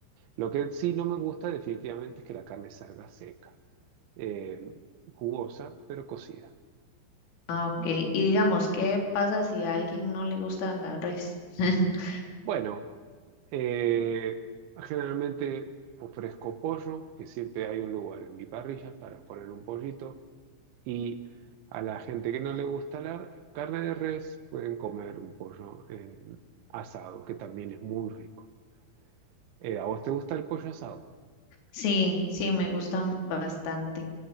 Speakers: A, on the right (about 75°); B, on the left (about 80°).
A: Lo que sí no me gusta definitivamente es que la carne salga seca, eh, jugosa, pero cocida.
B: Ah, ok. Y digamos, ¿qué pasa si a alguien no le gusta la res? <laughs>
A: Bueno, eh, generalmente ofrezco pollo, que siempre hay un lugar en mi parrilla para poner un pollito, y a la gente que no le gusta la carne de res pueden comer un pollo en asado, que también es muy rico. Eh, ¿a vos te gusta el pollo asado?
B: Sí, sí, me gustan bastante.